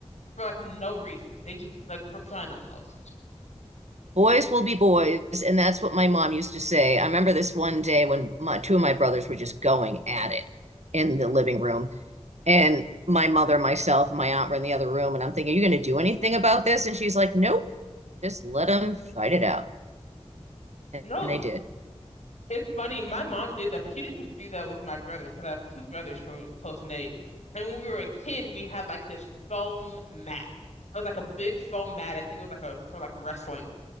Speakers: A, on the left; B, on the right.
A: for like no reason. They just like for fun almost.
B: Boys will be boys, and that's what my mom used to say. I remember this one day when my, two of my brothers were just going at it in the living room, and my mother, myself, and my aunt were in the other room, and I'm thinking, "Are you going to do anything about this?" And she's like, "Nope, just let them fight it out," and
A: No,
B: they did.
A: It's funny, my mom did that, but she didn't just do that with my brothers because I have two brothers who are close in age. And when we were a kid, we had like this foam mat. It was like a big foam mat. I think it was like a for like wrestling.